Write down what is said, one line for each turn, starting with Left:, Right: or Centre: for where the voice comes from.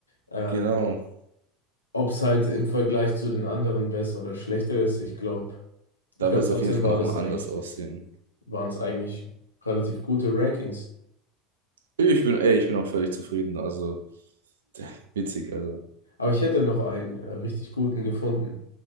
Left: ähm,
Right: Genau.
Left: ob es halt im
Right: Und
Left: Vergleich zu den anderen besser oder schlechter ist. Ich glaube, ich
Right: Da
Left: glaube
Right: wird
Left: trotzdem
Right: es auf jeden Fall
Left: war
Right: nochmal
Left: das eigentlich,
Right: anders aussehen.
Left: waren es eigentlich relativ gute Rankings.
Right: Ich bin, ey, ich bin auch völlig zufrieden. Also, <laughs> witzig, also.
Left: Aber ich hätte noch einen äh, richtig guten gefunden.